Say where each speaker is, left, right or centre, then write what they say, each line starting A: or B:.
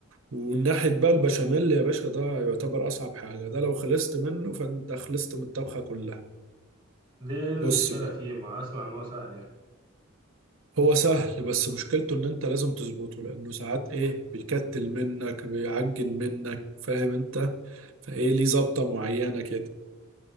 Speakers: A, on the right; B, on the right.
A: وناحية بقى البشاميل يا باشا ده يعتبر أصعب حاجة ده لو خلصت منه فأنت خلصت من الطبخة كلها
B: ليه المشكله
A: بص بقى
B: فيه ما اسمع ان هو سهل يعني
A: هو سهل بس مشكلته ان انت لازم تظبطه لانه ساعات ايه بيكتل منك بيعجن منك فاهم انت فايه ليه ظبطة معينة كده